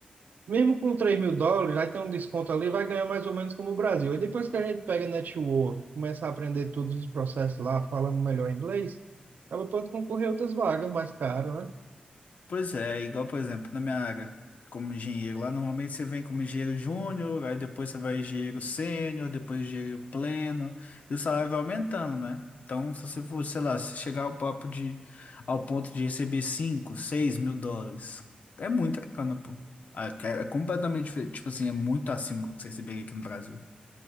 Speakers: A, on the right; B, on the left.
A: mesmo com três mil dólares, aí tem um desconto ali, vai ganhar mais ou menos como o Brasil. Aí depois que a gente pega network, começa a aprender todos os processos lá, falando melhor inglês, aí pode concorrer a outras vagas mais caras, né?
B: Pois é, igual, por exemplo, na minha área como engenheiro, lá normalmente você vem como engenheiro júnior, aí depois você vai engenheiro sênior, depois engenheiro pleno, e o salário vai aumentando, né? Então, se você for, sei lá, se chegar ao papo de, ao ponto de receber cinco seis mil dólares, é muita grana, pô. Ah, que É é completamente diferente, tipo assim, é muito acima do que você receberia aqui no Brasil